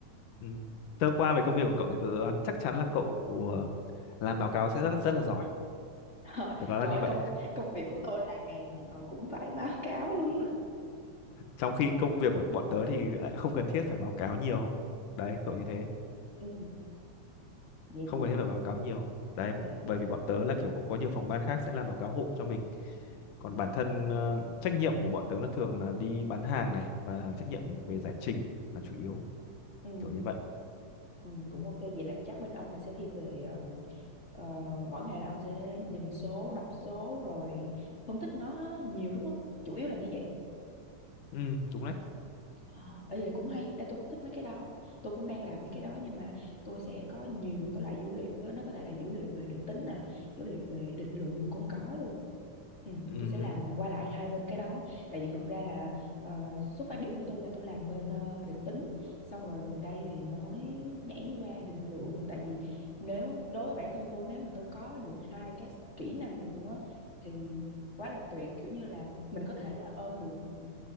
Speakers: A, on the left; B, on the left.
A: Ừ. Sơ qua về công việc của cậu thì tớ đoán chắc chắn là cậu ờ, làm báo cáo sẽ rất rất là giỏi.
B: Ờ,
A: Tớ đoán
B: trời
A: là như
B: ơi,
A: vậy.
B: công công việc của tôi là ngày nào cũng phải báo cáo luôn
A: trong khi công việc của bọn tớ thì lại không cần thiết phải báo cáo nhiều đấy kiểu như thế
B: <laughs> ừ, vậy
A: không
B: cũng
A: cần thiết phải báo cáo nhiều đấy
B: à,
A: bởi vì bọn tớ là kiểu cũng có nhiều phòng ban khác sẽ làm báo cáo hộ cho mình còn bản thân ờ, trách nhiệm của bọn tớ là thường là đi bán hàng này và trách nhiệm về giải trình là chủ yếu
B: ừ,
A: kiểu như vậy
B: ừ, cũng ok vậy là chắc bên ông là sẽ thiên về ờ, ờ, mỗi ngày là ông sẽ nhìn số đọc số rồi phân tích nó nhiều đúng không chủ yếu là như vậy
A: ừ đúng đấy
B: Ờ, ý là cũng hay, Ê, tôi cũng thích mấy cái đó Tôi cũng đang làm mấy cái đó Nhưng mà tôi sẽ có nhiều cái loại dữ liệu á. Nó có thể là dữ liệu về định tính nè Dữ liệu về định lượng cũng có luôn Ừ,
A: ừ
B: tôi sẽ làm qua lại hai bên cái đó tại vì thực ra là ờ, xuất phát điểm của tôi là tôi làm bên ờ, định tính xong rồi gần đây thì mới nhảy qua định lượng tại vì nếu đối với bản thân tôi nếu mà tôi có được hai cái kỹ năng này luôn á thì quá là tuyệt kiểu như là mình có thể là ôm được ừ,